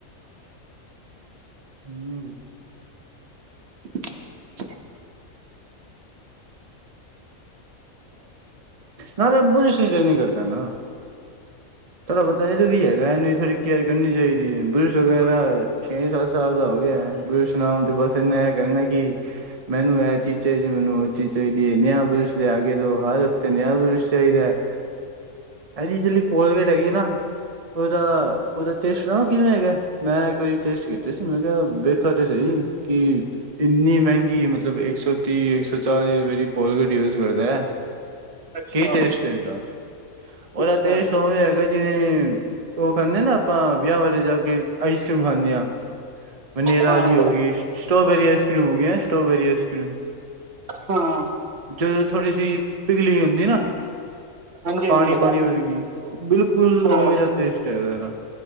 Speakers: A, on the right; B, on the right.
A: ਹਮ।
B: <inaudible>
A: ਨਾਲੇ ਬੁਰਸ਼ ਵਗੈਰਾ ਵੀ ਨੀ ਕਰਦਾ ਨ। ਥੋੜਾ ਬਤਾ ਏਦਾ ਵੀ ਹੈਗੇ ਇਨੀ ਸਾਰੀ ਕੇਅਰ ਕਰਨੀ ਚਾਈਦੀ ਏ, ਬੁਰਸ਼ ਵਗੈਰਾ ਛੇ ਸ। ਸਾਲ ਦਾ ਹੋ ਗਿਆ ਬੁਰਸ਼ ਨਾਮ ਤੇ ਬਸ ਇਹਨੇ ਇਹ ਕਹਿਣਾ ਕਿ। ਮੈਨੂੰ ਇਹ ਚੀਜ਼ ਚਾਹੀਦੀ ਹੈ, ਮੈਨੂੰ ਉਹ ਚੀਜ਼ ਚਾਹੀਦੀ ਹੈ, ਨਵਾਂ ਬੁਰਸ਼ ਲਿਆ ਕੇ ਦਿਓ। ਹਰ ਹਫ਼ਤੇ ਨਵਾਂ ਬੁਰਸ਼ ਚਾਹੀਦਾ ਹੈ। ਇਹਦੀ ਜਿਹੜੀ ਕੋਲਗੇਟ ਹੈਗੀ ਹੈ ਨਾ, ਉਹਦਾ ਟੇਸਟ ਦੱਸਾ ਕਿਵੇਂ ਦਾ ਹੈ। ਮੈਂ ਇੱਕ ਵਾਰੀ ਟੈਸਟ ਕੀਤੇ ਸੀ, ਮੈਂ ਕਿਹਾ ਵੇਖਾਂ ਤਾਂ ਸਹੀ ਕੀ ਹੈ। ਇੰਨੀ ਮਹਿੰਗੀ ਹੈ, ਮਤਲਬ ਇੱਕ ਸੌ ਤੀਹ, ਇੱਕ ਸੌ ਚਾਲੀ ਰੁਪਏ ਦੀ ਕੋਲਗੇਟ ਯੁਜ਼ ਕਰਦਾ ਹੈ।
B: ਅੱਛਾ
A: ਕੀ ਟੈਸਟ ਹੈ ਇਹਦਾ? ਉਹਦਾ
B: ਅੱਛਾ
A: ਟੈਸਟ ਉਵੇਂ ਹੀ ਹੈਗਾ। ਜਿਵੇਂ ਉਹ ਖਾਂਦੇ ਹਨ, ਨਾ ਆਪਾਂ ਵਿਆਹ ਵਿੱਚ ਜਾ ਕੇ ਆਈਸ ਕਰੀਮ ਖਾਂਦੇ ਹਾਂ। ਵੈਨਿੱਲਾ
B: ਹਾਂ
A: ਵਾਲੀ ਹੋ ਗਈ ਸਟ੍ਰਾਬੇਰੀ ਆਈਸ ਕਰੀਮ ਹੋ ਗਈ ਹੈ, ਸਟ੍ਰਾਬੇਰੀ ਆਈਸ ਕਰੀਮ ਹੋ ਗਈ ਹੈ।
B: ਹਾਂ।
A: ਜਦੋਂ ਥੋੜੀ ਜਿਹੀ ਪਿਘਲੀ ਹੋਈ ਹੁੰਦੀ ਨਾ।
B: ਹਾਂਜੀ
A: ਪਾਣੀ
B: ਹਾਂਜੀ
A: ਪਾਣੀ ਵਰਗੀ ਬਿਲਕੁਲ
B: ਹਾਂ
A: ਉਵੇਂ ਦਾ ਟੇਸਟ ਹੈਗਾ ਇਹਦਾ।